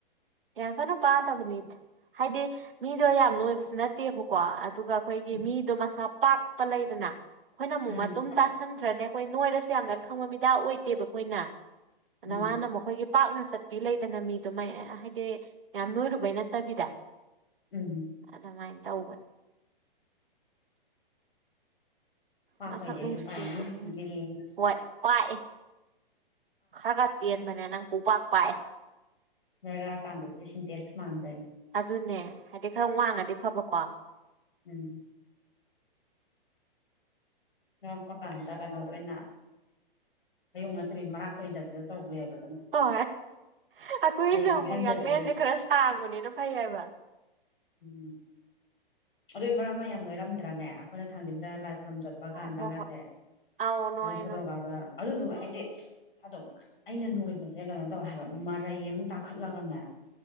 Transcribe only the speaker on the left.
ꯎꯝ
ꯎꯝ
ꯎꯝ
ꯎꯝ
ꯄꯥꯛꯄꯩꯗꯤ
ꯑꯩꯖꯨ
ꯄꯥꯛꯑꯦꯅ ꯒꯦꯂꯦꯟ ꯑꯖꯦ
ꯅꯔꯥꯛꯑꯀꯥꯟꯗꯗꯤ ꯁꯤꯟꯇꯦꯛꯁ ꯃꯥꯟꯗꯣꯏꯟ
ꯎꯝ ꯉꯔꯛꯄ ꯀꯥꯟꯗ ꯀꯩꯅꯣꯗ ꯑꯣꯏꯅ ꯑꯌꯨꯛ ꯅꯠꯇꯕꯤ ꯃꯔꯥꯛ ꯀ ꯆꯠꯅ ꯇꯧꯕꯕ
ꯅꯣꯏꯍꯟꯖꯗ꯭ꯔꯤꯅꯤ
ꯎꯝ ꯑꯗꯨꯏ ꯃꯔꯝ ꯑꯃ ꯌꯥꯝ ꯂꯣꯏꯔꯝꯗ꯭ꯔꯅꯦ ꯑꯩꯈꯣꯏꯅ ꯊꯥꯡꯖꯤꯡꯗ ꯂꯥꯏ ꯈꯨꯔꯝ ꯆ ꯍꯥꯞꯄ ꯀꯥꯟꯗꯒꯁꯦ
ꯐꯣꯇꯣꯒꯇ
ꯑꯗꯨꯗꯨꯒ ꯍꯥꯏꯗꯤ ꯑꯝ ꯑꯩꯅ ꯅꯣꯏꯕꯁꯦ ꯀꯩꯅꯣ ꯇꯧꯋꯦ ꯍꯥꯏꯕ ꯃꯔꯩ ꯑꯃ ꯇꯥꯈꯠꯂꯒꯅꯦ